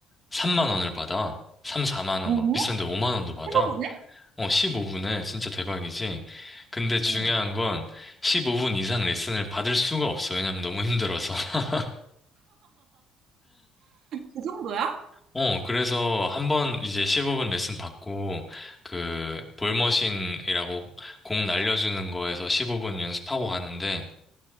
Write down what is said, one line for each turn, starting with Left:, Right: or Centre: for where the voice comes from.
Left: 3만 원을 받아. 3, 4만 원,
Right: 어?
Left: 뭐, 비싼데 5만 원도 받아.
Right: 해서보네?
Left: 어, 15분에 진짜 대박이지. 근데 중요한
Right: 어.
Left: 건, 15분 이상 레슨을 받을 수가 없어. 왜냐면 너무 힘들어서. <laughs>
Right: 그 정도야?
Left: 어, 그래서 한번 이제 15분 레슨 받고, 그, 볼머신이라고 공 날려주는 거에서 15분 연습하고 가는데,